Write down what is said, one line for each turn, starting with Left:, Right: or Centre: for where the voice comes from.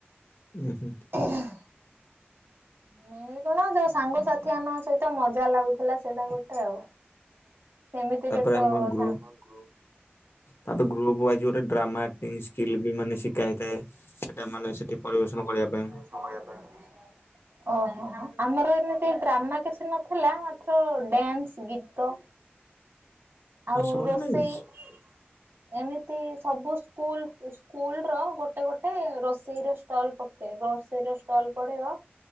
Left: ଉୁଁ ହୁଁ।
Right: <unintelligible> ମେନଲି କଣ ଯୋଉ ସାଙ୍ଗସାଥି ଆାନଙ୍କ ସହିତ ମଜା ଲାଗୁଥିଲା ସେଇଟା ଗୋଟେ ଆଉ। ସେମିତିରେ
Left: ତାପରେ
Right: ତ
Left: ଆମ ଗୃହ
Right: ସାଙ୍ଗକୁ
Left: ତାପରେ ଗ୍ରୁପ ୱାଇଜ୍ ଗୋଟେ ଡ୍ରାମା ସ୍କିଲ୍ଲ ବି ମାନେ ଶିଖାଇଥାଏ। ସେଟା ମାନେ ସେଠି ପରିବେଷଣ କରିବା ପାଇଁ।
Right: ପାଇଁ ଓହୋ ହୋ ଆମର ଏମିତି ଡ୍ରାମା କିଛି ନଥିଲା ମାତ୍ର ଡ୍ୟାନ୍ସ ଗୀତ ଆଉ
Left: ସବୁ
Right: ରୋଷେଇ?
Left: ମାନେ ଏମିତି
Right: ଏମିତି ସବୁ ସ୍କୁଲ ସ୍କୁଲ ର ଗୋଟେ ଗୋଟେ ରୋଷେଇ ର ଷ୍ଟଲ ପକେଇ ରୋଷେଇର ଷ୍ଟଲ୍ ପଡିବ।